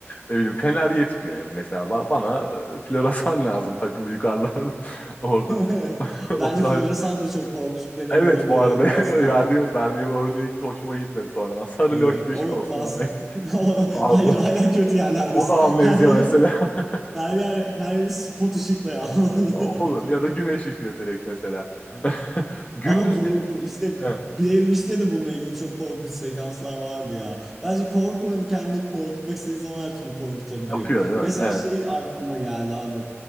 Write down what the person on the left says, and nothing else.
Ne bileyim fener yetmiyor yani mesela. Ba- bana e, floresan lazım takılı yukarılarda. <laughs> Orada
<laughs> o
tarz
Evet
bu arada
<laughs> verdiğim, verdiğim örneği hoşuma gitmedi sonradan. Sarı
loş bir
ışık olsun daha iyi.
Altın.
O da amnezya
mesela. <laughs>
Olur. Ya da güneş ışığı direkt mesela.
<laughs> Gündüz
ge-
evet,
yapıyor değil
mi? Evet.